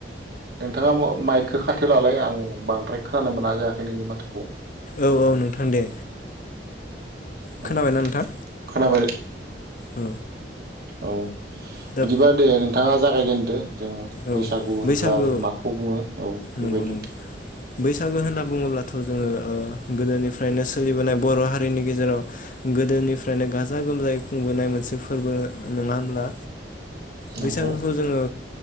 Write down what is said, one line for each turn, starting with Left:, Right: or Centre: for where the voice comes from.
Right: नोंथाङा माइकखौ खाथिआव लालाय आं बांद्राय खोनानो मोना जायाखै नोंनि माथोखौ
Left: औ औ नोंथां दे खोनाबायना
Right: औ
Left: नोंथां
Right: खोनाब
Left: औ
Right: औ
Left: दा
Right: बिदिबा दे बिथाङा जागायजेनदो जों
Left: औ
Right: बैसागु होनब्ला
Left: बैसागु
Right: जों माखौ बुङो औ बेबायदि
Left: नंगौ नंगौ बैसागो होनना बुङोब्लाथ' जोङो गोदोनिफ्रायनो सोलिबोनाय बर' हारिनि गेजेराव गोदोनिफ्रायनो गाजा गोमजायै खुंबोनाय मोनसे फोरबो नङा होनब्ला
Right: नंगौ
Left: बैसागोखौ जोङो